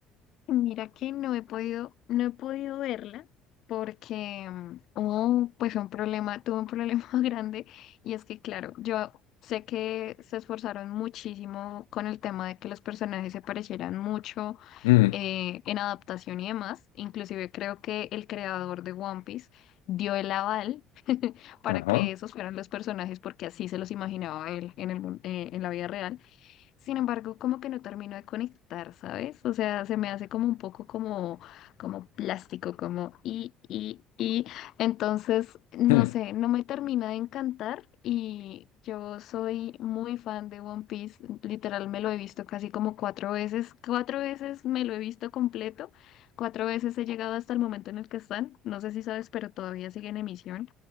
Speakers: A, on the left (about 60°); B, on the left (about 80°).
A: Mira que no he podido, no he podido verla porque mm, hubo pues un problema, tuve un problema <laughs> grande y es que claro, yo sé que se esforzaron muchísimo con el tema de que los personajes se parecieran mucho
B: Mm,
A: eh, en adaptación y demás. Inclusive creo que el creador de One Piece dio el aval <laughs> para
B: ajá.
A: que esos fueran los personajes porque así se los imaginaba él en el, mun- eh, en la vida real. Sin embargo, como que no termino de conectar, ¿sabes? O sea, se me hace como un poco como, como plástico, como y, y, y. Entonces, no
B: Mm,
A: sé, no me termina de encantar y yo soy muy fan de One Piece. Literal, me lo he visto casi como cuatro veces. Cuatro veces me lo he visto completo. Cuatro veces he llegado hasta el momento en el que están. No sé si sabes, pero todavía sigue en emisión.